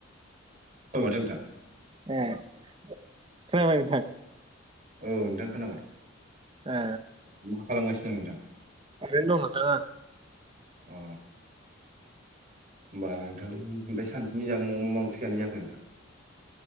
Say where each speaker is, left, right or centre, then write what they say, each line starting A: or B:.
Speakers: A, on the right (about 40°); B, on the right (about 25°).
A: <unintelligible>
B: ए खोनाबाय नोंथां?
A: औ नोंथां खोनाबाय।
B: ए
A: मा खालामगासिनो दं नोंथां?
B: ओरैनो दं नोंथां आं
A: अ होमबा नोंथां ओमफ्राय सानसेनि जा ज मा मा ओंख्रि जाखो नोंथां?